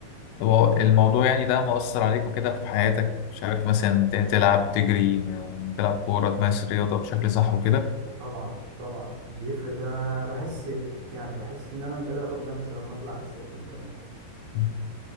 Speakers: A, on the left (about 90°); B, on the right (about 70°).
A: طب هو الموضوع يعني ده مؤثر عليك وكده في حياتك مش عارف مثلا ت- تلعب تجري آه، تلعب كورة تمارس الرياضة بشكل صح وكده
B: طبعا طبعا بيفرق ده انا بحس يعني بحس ان انا مش قادر اخد نفسي لما اطلع على السلم كمان
A: مم.